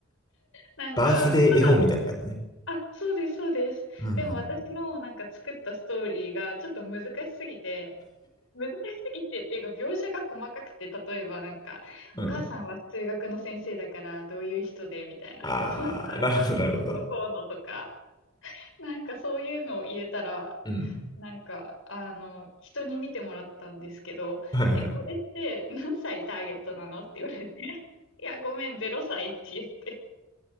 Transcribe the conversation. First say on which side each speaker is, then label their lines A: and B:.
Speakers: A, on the left (about 65°); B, on the left (about 20°).
A: なんかまだ
B: バースデー絵本みたいな感じね。
A: あ、そうです、そうです。
B: うん
A: でも私のなんか作ったストーリーがちょっと難しすぎて、難しすぎてっていうか描写が細かくて、例えばなんか、
B: うん。
A: お母さんは数学の先生だからどういう人でみたいな、
B: うん。あー、
A: お父さんはどうのこうのとか、
B: なるほど、なるほど。
A: なんかそういうのを入れたら、
B: うん。
A: なんか、あの、人に見てもらったんですけど、
B: <laughs> はいはい。
A: え、これって何歳ターゲットなのって言われて、いや、ごめん、0歳って言って、